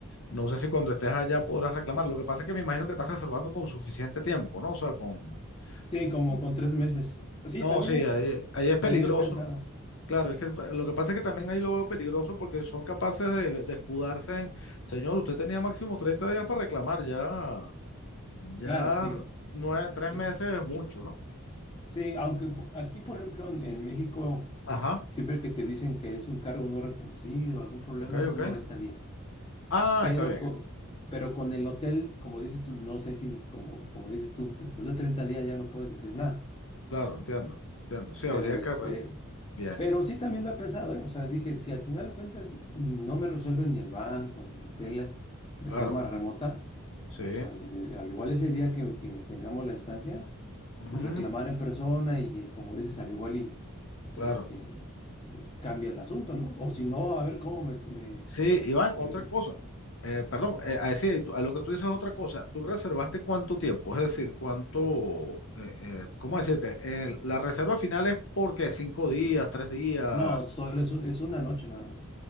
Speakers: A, on the left; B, on the left.
A: no sé si cuando estés allá podrás reclamar. Lo que pasa es que me imagino que estás reservando con suficiente tiempo, ¿no? O sea, con...
B: Sí, como
A: con-
B: con tres meses. Pues Sí,
A: No,
B: también
A: sí,
B: es,
A: ahí ahí es peligroso.
B: también he pensado.
A: Claro, es que pa- lo que pasa es que también ahí lo veo peligroso porque son capaces de, de escudarse en, señor, usted tenía máximo 30 días para reclamar, ya, ya
B: Claro, sí.
A: nueve, tres
B: Eso.
A: meses es mucho, ¿no?
B: Sí, aunque po- aquí, por ejemplo, en, en México,
A: Ajá,
B: siempre que te dicen que es un cargo no reconocido, algún problema,
A: ok,
B: son
A: ok.
B: 90 días.
A: Ah,
B: Pero,
A: está bien,
B: co- pero con el hotel, como dices tú, no sé si, como, como dices tú, después de 30 días ya no puedes decir nada.
A: claro, entiendo, entiendo. Sí,
B: Pero
A: habría
B: este,
A: que, re- bien,
B: Pero sí también lo he pensado, ¿eh? O sea, dije, si al final de cuentas no me resuelven ni el banco, ni el hotel de
A: claro,
B: forma remota,
A: sí,
B: pues al, al igual ese día que, que tengamos la estancia,
A: ujú,
B: pues reclamar en persona y, y como dices, al igual y
A: claro.
B: este cambia el asunto, ¿no? O si no, a ver cómo me, me-
A: Sí, Iván,
B: me-
A: otra cosa. Eh, perdón, eh, a, decir, tú- a lo que tú dices otra cosa. ¿Tú reservaste cuánto tiempo? Es decir, cuánto, eh, eh, ¿cómo decirte? Eh, la reserva final es porque cinco días, tres días.
B: No, solo es, un- es una noche nada más.